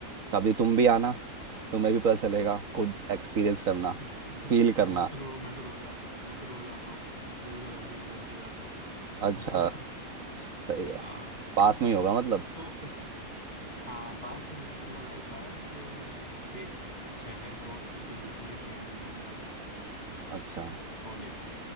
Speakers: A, on the right; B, on the left.
A: कभी तुम भी आना तुम्हें भी पता चलेगा खुद एक्सपीरियंस करना
B: मैं
A: फील
B: तो
A: करना
B: मैं तो रो मैं तो रोज आ, मैं तो रोज आता हूँ रोज उधर से निकल के जाता हूँ
A: अच्छा
B: <laughs>
A: सही है
B: हाँ
A: पास में ही होगा मतलब
B: तो हाँ पास में ही है मतलब ऐसा है कि एक शहर क्रॉस करके दूसरे शहर में मेरा वो है
A: अच्छा
B: कॉलेज